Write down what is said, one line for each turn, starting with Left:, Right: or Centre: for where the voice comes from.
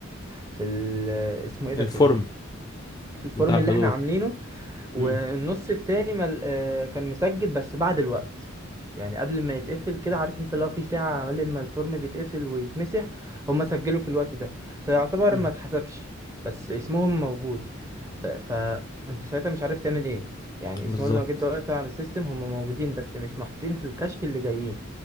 Right: في ال اسمه ايه
Left: الفورم
Right: ده في ال في الفورم
Left: بتاع الحضور
Right: اللي احنا عاملينه والنص
Left: امم
Right: التاني مل... آه، كان مسجل بس بعد الوقت يعني قبل ما يتقفل كده عارف انت لو في ساعة عمال ما الفورم بيتقفل ويتمسح هما سجلوا في الوقت ده فيعتبر
Left: امم
Right: ما اتحسبش بس اسمهم موجود ب... فانت ساعتها مش عارف تعمل ايه يعني
Left: بالظبط
Right: اسمهم لو جيت دورت على السيستم هما موجودين بس مش محطوطين في الكشف اللي جايين